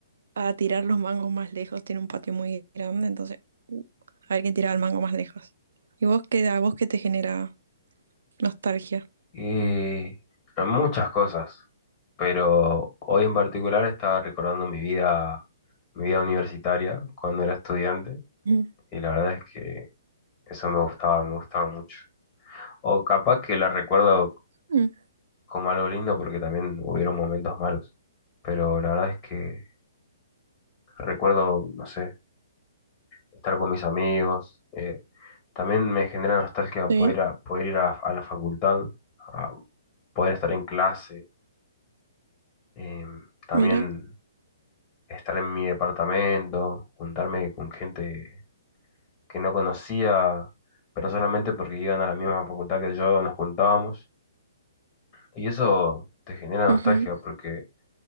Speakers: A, on the right; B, on the left.
A: a tirar los mangos más lejos, tiene un patio muy grande, entonces uh, a ver quién tiraba el mango más lejos. ¿Y vos qué, a vos qué te genera nostalgia?
B: Y muchas cosas, pero hoy en particular estaba recordando mi vida, mi vida universitaria cuando era estudiante
A: Mm,
B: y la verdad es que eso me gustaba, me gustaba mucho. O capaz que la recuerdo
A: mm,
B: como algo lindo porque también hubieron momentos malos, pero la verdad es que recuerdo, no sé, estar con mis amigos, eh, también me genera nostalgia poder,
A: Sí,
B: ir a- poder ir a, a la facultad, a poder estar en clase, em, también
A: mira.
B: estar en mi departamento, juntarme con gente que no conocía, pero solamente porque iban a la misma facultad que yo, nos juntábamos. Y eso te genera nostalgia
A: ujú.
B: porque